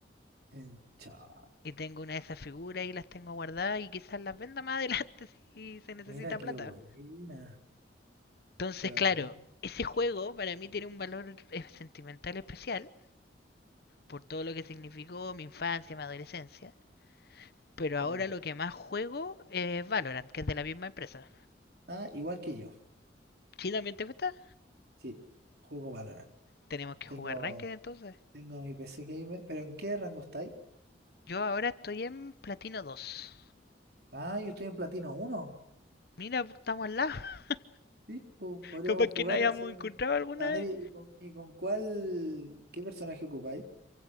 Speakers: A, on the right; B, on the left.
A: En- cha,
B: Y tengo una de esas figuras y las tengo guardadas y quizás las venda más adelante <laughs> si se necesita
A: mira, qué
B: plata.
A: buena.
B: Entonces,
A: Qué bacán.
B: claro, ese juego para mí tiene un valor eh, sentimental especial por todo lo que significó mi infancia, mi adolescencia. Pero ahora
A: Ya.
B: lo que más juego es Valorant, que es de la misma empresa.
A: Ah, igual que yo.
B: ¿Sí también te gusta?
A: Sí, juego Valorant.
B: Tenemos que
A: Tengo,
B: jugar Ranked entonces.
A: tengo mi PC Gamer. ¿Pero en qué rango estáis?
B: Yo ahora estoy en Platino dos
A: Ah, yo estoy en Platino uno.
B: Mira, pues, estamos al lado. <laughs>
A: Sí, po- podríamos
B: Capaz que
A: jugar,
B: no hayamos
A: hacer... un-
B: encontrado alguna
A: A
B: vez.
A: ver, ¿y y con, y con cuál... ¿Qué personaje ocupáis?